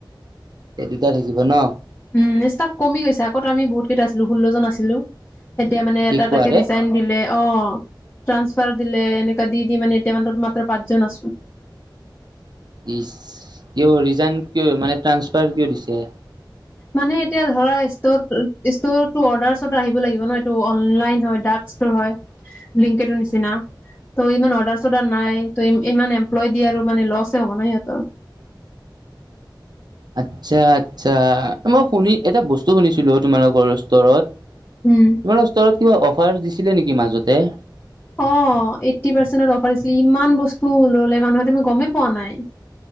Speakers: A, on the right; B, on the left.
A: এই দুটাই থাকিব ন।
B: উম' ষ্টাফ কমি গৈছে আগত আমি বহুত কেইটা আছিলো ষোল্লজন আছিলো, এতিয়া মানে
A: কি
B: এটা
A: কোৱা
B: এটাকে
A: ৰে
B: ৰিজাইন- দিলে অঁ' ট্ৰান্সফাৰ দিলে এনেকা দি দি মানে এতিয়া মান মাত্ৰ পাঁচজন আছো।
A: ইছ! কিয় ৰিজাইন কিয় মানে ট্ৰানছপাৰ কিয় দিছে?
B: মানে এতিয়া ধৰা ষ্ট ষ্টৰটো অৰ্ডাৰ চদা আহিব লাগিব ন, এইটো অনলাইন হয় ড্ৰাকছ- হয়, ব্লিংকেতৰ নিচিনা। ত' ইমান অৰ্ডাৰ চৰ্ডাৰ নাই ত ইমান এমপ্লয় দি আৰু মানে লছে হ'ব ন সিঁহতৰ।
A: আৎচ্ছা আৎচ্ছা! মই শুনি এটা বস্তু শুনিছিলো ও তোমালোকৰ ষ্টৰত।
B: উম'
A: তোমালোকৰ ষ্টৰত কিবা অফাৰ দিছিলে নেকি মাজতে?
B: অ এইট্টি পাৰ্চেন্টত অফাৰ দিছিলে ইমান বস্তু ললে মানুহে তুমি গমেই পোৱা নাই